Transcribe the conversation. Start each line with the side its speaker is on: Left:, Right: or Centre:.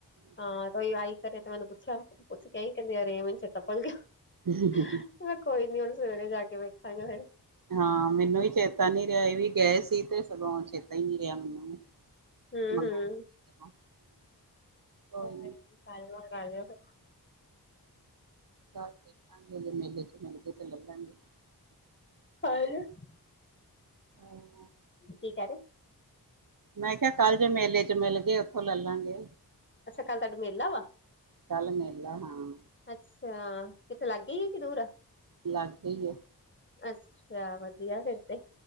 Left: ਹਾਂ ਆਈ ਘਰੇ 'ਤੇ ਮੈਨੂੰ ਪੁੱਛਿਆ ਪੁੱਛ ਕੇ ਕਹਿੰਦੇ ਯ <unintelligible>
Right: ਹਮ ਹ।
Left: 'ਚ' ਕੋਈ ਨੀ ਹੁਣ ਸਵੇਰੇ ਜਾ ਕੇ ਵੇਖਾਂਗੇ ਫਿਰ।
Right: ਹਾਂ, ਮੈਨੂੰ ਵੀ ਚੇਤਾ ਨੀ ਰਿਹਾ ਇਹ ਵੀ ਗਏ ਸੀ 'ਤੇ ਸਗੋਂ ਚੇਤਾ ਹੀ ਨੀ ਰਿਹਾ ਮੈਨੂੰ ਵੀ
Left: ਹਮ,
Right: ਮੰਗਵਾਉਣ
Left: ਹਮ।
Right: ਹਮ। ਕੋਈ
Left: ' <unintelligible>
Right: ਨੀ ਕੱਲ੍ਹ ਦੇਖਾਂਗੇ ਜ ਮੇਲੇ 'ਚ' ਮਿਲ ਕੇ 'ਤੇ ਲੱਲਾਂਗੇ।
Left: ' <unintelligible>
Right: ਕੋਈ ਨਾ।
Left: ਕੀ ਕਹਿ ਰਹੇ।
Right: ਮੈਂ ਕਿਹਾ ਕੱਲ੍ਹ ਜੇ ਮੇਲੇ 'ਚ' ਮਿਲਗੇ ਉੱਥੋਂ ਲੈ ਲਾਂਗੇ।
Left: ਅੱਛਾ, ਕੱਲ੍ਹ ਤੁਹਾਡੇ ਮੇਲਾ ਵਾ
Right: ਕੱਲ੍ਹ ਮੇਲਾ ਹਾਂ।
Left: ਅੱਛਾ, ਕਿੱਥੇ ਲਾਗੇ ਈ ਆ ਕਿ ਦੂਰ ਆ?
Right: ਲਾਗੇ ਈ ਆ।
Left: ਅੱਛਾ, ਵਧੀਆ ਫਿਰ 'ਤੇ